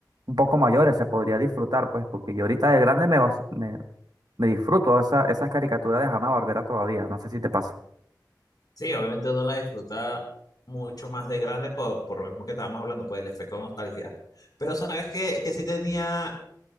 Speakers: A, on the right; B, on the left.
A: un poco mayores se podría disfrutar, pues, porque yo ahorita de grande me, vas- me, me disfruto esa, esas caricaturas de Hanna-Barbera todavía, no sé si te pasa.
B: Sí, obviamente uno la disfruta mucho más de grande por, por lo mismo que estábamos hablando, pues el efecto nostalgia. Pero sabes que, que sí tenía,